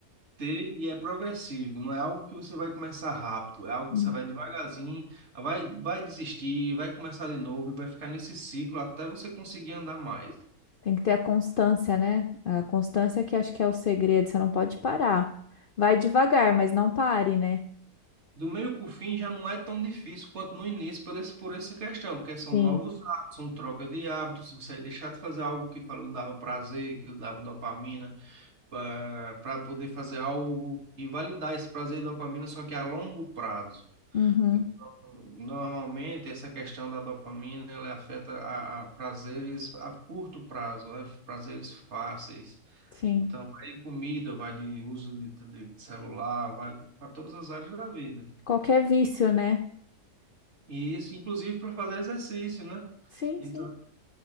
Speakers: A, on the right; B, on the left.
A: ter e é progressivo, não é algo que você vai começar rápido, é algo que
B: Hum.
A: você vai devagarzinho, vai, vai desistir, vai começar de novo e vai ficar nesse ciclo até você conseguir andar mais.
B: Tem que ter a constância, né? A constância que acho que é o segredo, você não pode parar. Vai devagar, mas não pare, né?
A: Do meio para o fim já não é tão difícil quanto no início por, esse, por essa questão, porque são
B: Sim.
A: novos hábitos, são troca de hábitos, Se você deixar de fazer algo que fa- lhe dava prazer, que lhe dava dopamina, para poder fazer algo e validar esse prazer e dopamina, só que a longo prazo.
B: Uhum,
A: Então, normalmente, essa questão da dopamina, ela afeta a, a prazeres a curto prazo, né? Prazeres fáceis.
B: sim.
A: Então, vai de comida, vai de uso de, de de celular, vai para todas as áreas da vida.
B: Qualquer vício, né?
A: E Isso, inclusive para fazer exercício, né?
B: Sim,
A: Então,
B: sim.